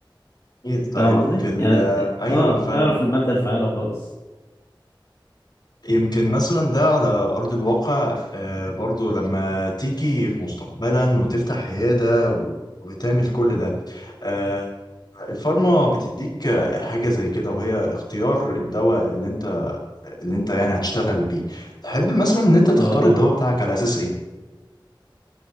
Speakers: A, on the left; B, on the left.
A: إيه طيب
B: فاهم قصدي
A: في ال
B: يعني
A: أيوه
B: اه
A: فاهمك
B: اعرف المادة الفعالة وخلاص
A: يمكن مثلا ده على أرض الواقع آه برضو لما تيجي في مستقبلا وتفتح عيادة وتعمل كل ده آه، الفارما بتديك حاجة زي كده وهي اختيار الدواء اللي انت اللي انت يعني هتشتغل بيه تحب مثلا ان انت تختار
B: اه طبعا
A: الدواء بتاعك على اساس ايه